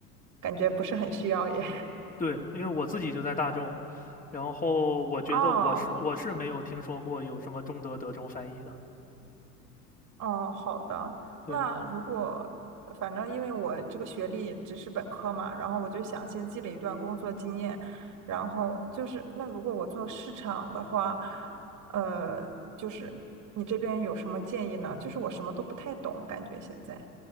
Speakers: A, on the right; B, on the left.
A: 感觉不是很需要耶。<laughs>
B: 对，因为我自己就在大众，然后我觉得我是我是没有听说过有什么中德德中翻译的，
A: 哦，哦，好的。
B: 对。
A: 那如果反正因为我这个学历只是本科嘛，然后我就想先积累一段工作经验，然后就是那如果我做市场的话，呃，就是你这边有什么建议呢？就是我什么都不太懂，感觉现在。